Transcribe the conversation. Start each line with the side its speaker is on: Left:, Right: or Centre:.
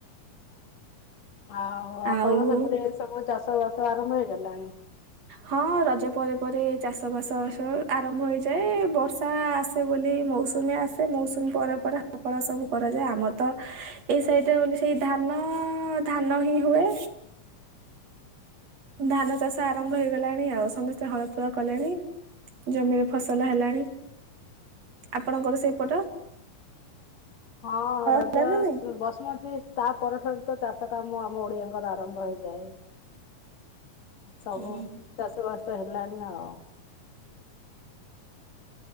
Left: ଆଉ ଆପଣଙ୍କ
Right: ଆଉ
Left: ସେପଟେ ସବୁ ଚାଷ ବାସ ଆରମ୍ଭ ହେଇଗଲାଣି?
Right: ହଁ ରଜ ପରେ ପରେ ଚାଷ ବାସ ସବୁ ଆରମ୍ଭ ହେଇଯାଏ, ବର୍ଷା ଆସେ ବୋଲି ମୌସୁ ମୌସୁମୀ ଆସେ ମୌସୁମୀ ପରେ ପରେ, ହ ଫଳ ସବୁ କରାଯାଏ। ଆମର ତ ଏଇ ସାଇଟ୍ ରେ ଓନ୍ଲି ସେଇ ଧାନ, ଧାନ ହିଁ ହୁଏ। ଧାନ ଚାଷ ଆରମ୍ଭ ହେଇଗଲାଣି ଆଉ ସମସ୍ତେ ହଳଫଳ କଲେଣି। ଜମିରେ ଫସଲ ହେଲାଣି। ଆପଣଙ୍କର ସେଇ ପଟ
Left: ହଁ ରଜ
Right: ହେଲା
Left: ଅସ୍
Right: ନା ନାଇଁ?
Left: ଉଁ ବସୁମତୀ ତା ପରଠାରୁ ତ ଚାଷ କାମ ଆମ ଓଡିଆଙ୍କର ଆରମ୍ଭ ହେଇଯାଏ। ସବୁ
Right: ହୁଁ,
Left: ଚାଷବାଷ ହେଲାଣି ଆଉ।